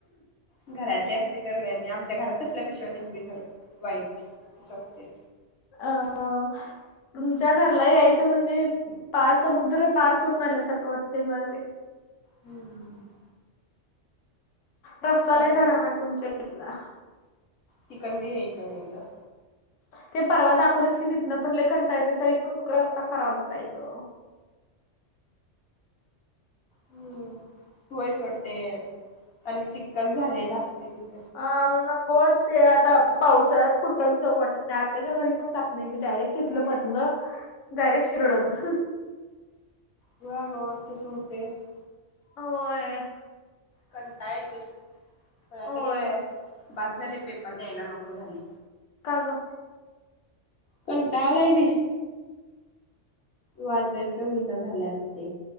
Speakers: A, on the left (about 60°); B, on the left (about 80°).
A: घरातली असते तर <unintelligible> आमच्या घरात तसल्या पिशव्या नई येत बई खरं. वाई तिच्या असं वाटते
B: आ आ. तुमच्या घरला यायचं म्हणजे पार समुद्र पार करून आल्यासारखं वाटतंय मला ते.
A: हम्म.
B: रस्ता
A: शाने
B: लय खराब आहे तुमच्या इथला.
A: तिकन भी घ्यायच नई ग.
B: ते परवा दाखवलीस की तिथनं पण लई कंटाळ येते तरी पण रस्ता खराबच हाय ग.
A: हम्म व्हय सोडते आणि चिक्कल झालेला असते तिथ
B: अ म्हणून नको वाटते आता. पावसाळ्यात कुठंच जाऊ वाटत नाही आत्ताच्या घरी पण जात नाही मी डायरेक्ट तिथल मधन डायरेक शरळत ह. <unintelligible>
A: ह्या गावात तस होतेच.
B: होय.
A: कंटा येतोय रात्र
B: होय
A: बास झाले पेपर द्यायला नको झाली.
B: का ग.
A: कंटाळ आलाय बई. वाचायचं होईना झालय आता. ते